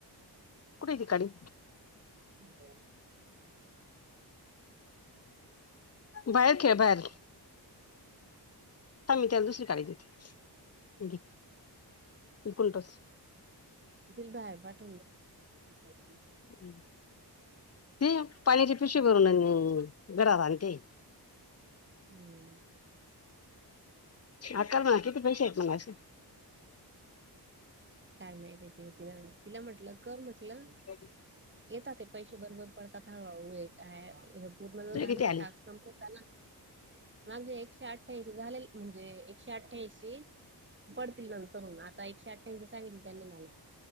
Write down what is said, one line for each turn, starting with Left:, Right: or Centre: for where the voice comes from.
Left: कुठ आहे ती काळी
Right: ह
Left: बाहेर खेळ बाहेर ह मी त्याला दुसरी काढ देते इकडून टोच
Right: तिला बाहेर पाठवून दे
Left: ती ते पाण्याचे पिशी भरून घरात आणि ते
Right: हम्म
Left: अकल म्हणालाती किती पैसे आहेतेत मग असं
Right: काय माहिती आहे ति तिला तिला म्हटलं कर म्हटलं
Left: अ
Right: येतात ते पैसे बरोबर पडतात हळूहळू काय पूर्ण जर
Left: तुझे
Right: झालं
Left: किती
Right: ना
Left: आले
Right: टास्क कमप् नाग एकशे आठ अठ्ठऐंशी झाले म्हणजे एकशे अठ्ठ्याऐंशी पडतील नंतर आता एकशे अठ्ठ्याऐंशी सांगितली त्यांनी मला